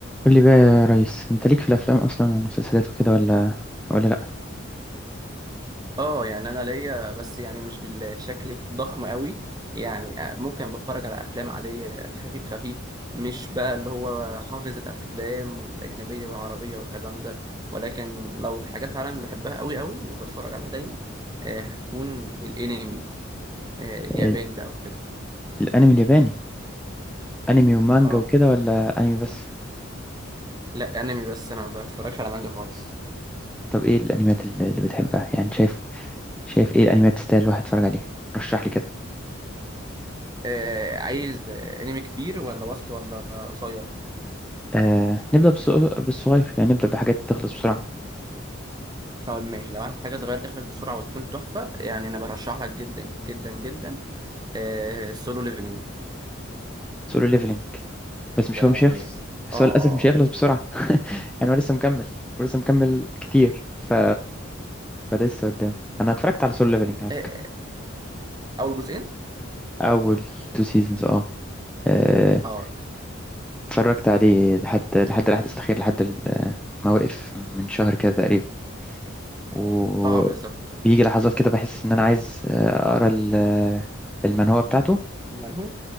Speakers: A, in the centre; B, on the right (about 20°).
A: قول لي بقى يا ريس انت ليك في الافلام اصلا والمسلسلات وكده ولا ولا لا
B: اه يعني انا ليا بس يعني مش بالشكل الضخم قوي يعني آه، ممكن بتفرج على افلام عاديه خفيف خفيف مش بقى اللي هو حافظ الافلام الاجنبيه والعربيه والكلام ده ولكن لو في حاجه فعلا بحبها قوي قوي وبتفرج عليها دايما آه هتكون الانمي آه الياباني
A: ال-
B: بقى وكده
A: الانمي الياباني انمي ومانجا
B: اه
A: وكده ولا انمي بس
B: لا انمي بس انا ما بتفرجش على مانجا خالص
A: طب ايه الانميات ال- اللي بتحبها يعني شايف شايف ايه الانميات تستاهل الواحد يتفرج عليها رشح لي كده
B: آه عايز آه، انمي كبير ولا وسط ولا قصير
A: آه نبدا بالصغ- بالصغير يعني نبدا بحاجات تخلص بسرعه
B: طب ماشي لو عايز حاجة صغيرة تخلص بسرعة وتكون تحفة يعني أنا برشح لك جدا جدا جدا آه سولو ليفلنج
A: سولو ليفلينج بس
B: ده
A: مش هو مش
B: يعني
A: هيخلص بس
B: اه
A: هو للاسف
B: اه
A: مش هيخلص
B: اه
A: بسرعه <laughs> يعني هو لسه مكمل ولسه مكمل كتير ف فلسه قدام انا اتفرجت على سولو ليفلينج على فكره
B: آه، آه، أول جزئين
A: اول تو سيزونز اه آه،
B: اه
A: اتفرجت عليه لحد لحد الأحداث الأخيرة لحد ال- ما وقف من شهر كده تقريبا وبيجي
B: اه بالظبط
A: لحظات كده بحس إن أنا عايز آه، أقرأ ال- المنهوة بتاعته
B: منهو